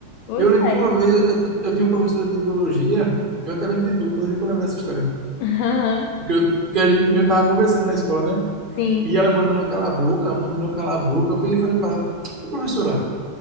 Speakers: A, on the left; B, on the right.
A: Pois
B: Eu lembro
A: é.
B: que uma vez eu, eu, eu tinha uma professora de biologia, eu até lembro de tudo, toda vez que eu lembro dessa história
A: <laughs> Aham.
B: porque, eu, porque a gente mesmo tava conversando na escola, né?
A: Sim.
B: E ela mandando eu calar a boca, ela mandando eu calar a boca. Eu peguei e falei para ela, "Ô, professora,